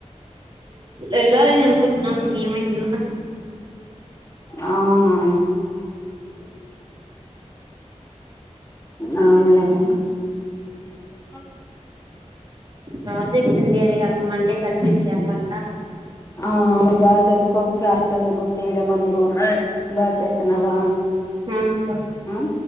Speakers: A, on the right; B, on the left.
A: వెళ్ళాలి అనుకుంటున్నాం ఇంకేమైతుందొ
B: అవును అవున్ లేమా <unintelligible>
A: రా క్ట్ ఉంది అది ఒక మన్ డే సబ్మిట్ చెప్పంట
B: ఆ బాగా చదువుకో ప్రందుకు చేయడం అందుర బాగా చేస్తున్నావా
A: అ అక్క
B: ఆ